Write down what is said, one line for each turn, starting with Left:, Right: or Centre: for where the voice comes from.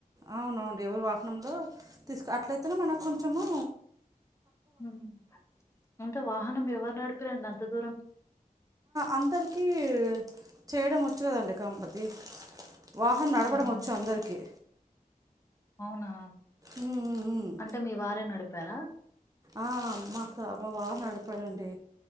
Right: అవునవును ఎవరు వాహనంలో తీసుకు అట్లయితేనే మనకు కొంచము
Left: ఉమ్ అంటే వాహనం ఎవరు నడిపిరు అండి అంత దూరం
Right: అందరికీ చేయడం వచ్చు కదండి కంపతి వాహనం నడపడం
Left: ఆహా!
Right: వచ్చు అందరికి
Left: అవునా
Right: ఉమ్, ఉమ్, ఉమ్.
Left: అంటే మీ వారే నడిపారా
Right: ఆ మా సా మా వారు నడిపాడండి